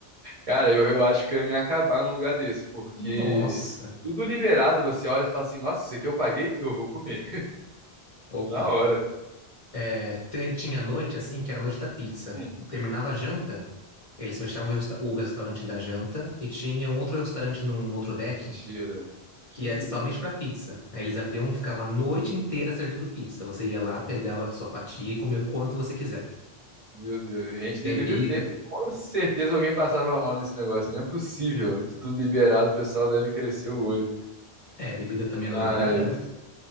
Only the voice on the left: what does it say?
Nossa.
Opa.
É, tem- tinha noite assim, que era a noite da pizza.
Terminava a janta, eles fechavam o, resta- o restaurante da janta e tinha um outro restaurante num, num outro deck
que
é somente pra pizza. Aí eles abriam e ficavam a noite
inteira servindo pizza. Você ia lá, pegava a sua fatia e comia o quanto você quiser.
Bebida,
é, bebida também era
liberada, né?